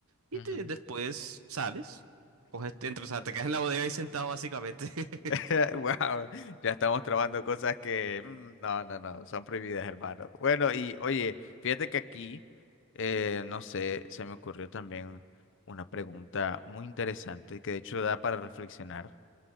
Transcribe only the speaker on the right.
y
te- después sales, coges, entras, o sea, te quedas en la bodega ahí sentado básicamente.
<laughs>